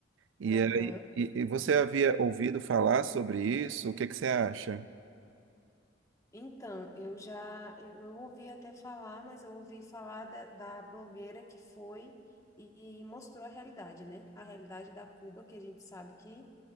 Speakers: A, on the right (about 70°); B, on the left (about 15°).
A: E,
B: Aham.
A: aí, e, e você havia ouvido falar sobre isso? O que que você acha?
B: Então, eu já eu, eu ouvi até falar, mas eu ouvi falar da, da blogueira que foi e, e mostrou a realidade, né? A realidade da Cuba, que a gente sabe que,